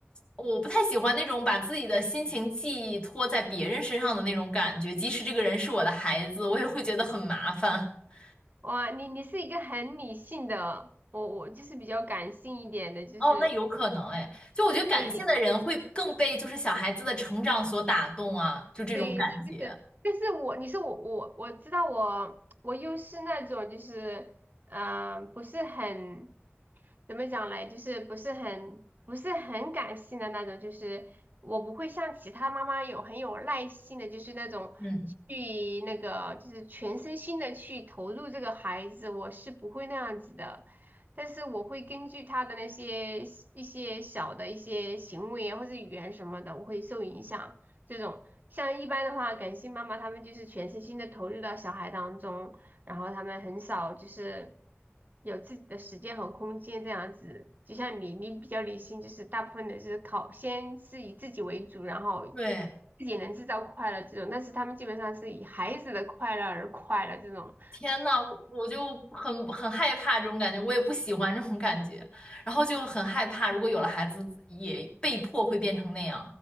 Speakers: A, on the left; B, on the right.
A: 我不太喜欢那种把自己的心情寄托在别人身上的那种感觉，即使这个人是我的孩子，我也会觉得很麻烦。<laughs>
B: 哇，你你是一个很理性的，我我就是比较感性一点的，就是。
A: 哦，那有可能哎，就我觉得感性的人会更被就是小孩子的成长所打动啊，
B: 对
A: 就这种感觉。
B: 对，是这个，但是我你是我我我知道我我又是那种就是嗯、呃不是很怎么讲嘞，就是不是很不是很感性的那种，就是我不会像其他妈妈有很有耐心的，就是那种去那个就是全身心的去投入这个孩子，
A: 嗯，
B: 我是不会那样子的。但是我会根据他的那些一些小的一些行为啊或者语言什么的，我会受影响。这种。像一般的话，感性妈妈他们就是全身心的投入到小孩当中，然后他们很少就是有自己的时间和空间这样子。就像你，你比较理性，就是大部分的是考，先是以自己为主，然后
A: 对，
B: 自己能制造快乐这种。但是他们基本上是以孩子的快乐而快乐这种。
A: 天呐，我我就很很害怕这种感觉，我也不喜欢这种感觉，然后就很害怕，如果有了孩子，也被迫会变成那样